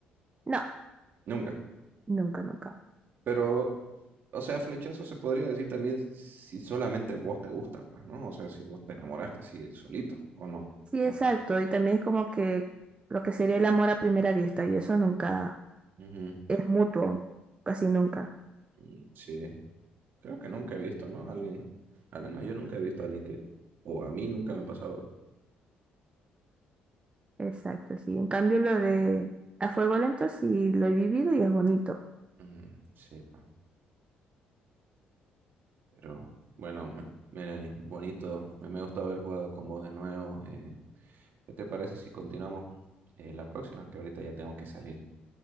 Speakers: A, on the right (about 30°); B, on the right (about 60°).
A: No,
B: Nunca.
A: nunca, nunca.
B: Pero, o sea, flechazo se podría decir también si solamente vos te gusta, pues, ¿no? O sea, si vos te enamoraste así solito o no.
A: Sí,
B: O-
A: exacto. Y también es como que lo que sería el amor a primera vista y eso nunca
B: Ujú.
A: es mutuo, casi nunca.
B: Mm, Sí, creo que nunca he visto, ¿no? Alguien, al menos yo nunca he visto a alguien que, o a mí nunca me ha pasado.
A: Exacto, sí. En cambio, lo de a fuego lento sí lo he vivido y es bonito.
B: Mm, sí, pues. Pero bueno, Melanie, bonito. Me, me gustó haber jugado con vos de nuevo. Eh, ¿qué te parece si continuamos eh, la próxima? Que ahorita ya tengo que salir.